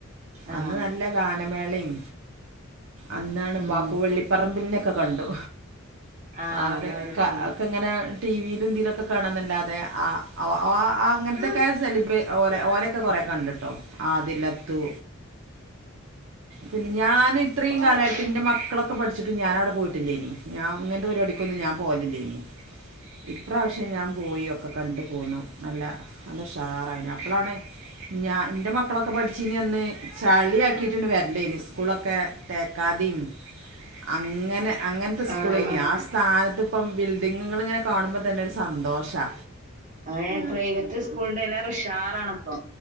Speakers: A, on the right (about 35°); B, on the right (about 60°).
A: ആഹ്
B: അന്ന് നല്ല ഗാനമേളിം അന്നാണ്
A: ഉം
B: ബാപ്പു വള്ളിപ്പറമ്പിലിനെ ക്കെ കണ്ടു
A: ആഹ്
B: അവരെ
A: ഇന്ന് അവരൊക്കെ വന്നിരുന്നു
B: ഒക്കെ ഇങ്ങനെ ടീവിയിലും ഇതിലൊക്കെ കാണാന്നല്ലാതെ ആ ആ <unintelligible> അങ്ങൻത്തക്കെ
A: ആഹ്
B: സെലിബ്രേ ഓലെ ഓലെക്കെ കൊറേ കണ്ടു ട്ടോ ആതിലത്തു പിന്നെ ഞാൻ ഇത്രയും
A: ആഹ്
B: കാലായിട്ട് ഇൻ്റെ മക്കളൊക്കെ പഠിച്ചിട്ട് ഞാനവ്ടെ പോയിട്ടില്ലേനി ഞാൻ ഇങ്ങൻത്തെ പരിപാടിക്കൊന്നും ഞാൻ പോലില്ലേനി ഇപ്രാവശ്യം ഞാൻ പോയി ഒക്കെ കണ്ടു പോന്നു നല്ല നല്ല ഉഷാറായിന് അപ്പളാണ് ഞാൻ ഇന്റെ മക്കളൊക്കെ പഠിച്ചീന അന്ന് ചളിയാക്കി റ്റ് <unintelligible> വര്ല്ലേനി സ്കൂളൊക്കെ തേക്കാദീം അങ്ങനെ അങ്ങൻത്തെ സ്കൂളേനി
A: ആഹ്
B: ആ സ് ഥാനത്ത് ഇപ്പം ബിൽഡിങ്ങുകളിങ്ങനെ കാണുമ്പൊ തന്നെ ഒരു സന്തോഷാ
A: അഹ് ഏഹ് പ്രൈവറ്റ് സ്കൂൾൻ്റെലേറെ ഉഷാറാണ് പ്പൊ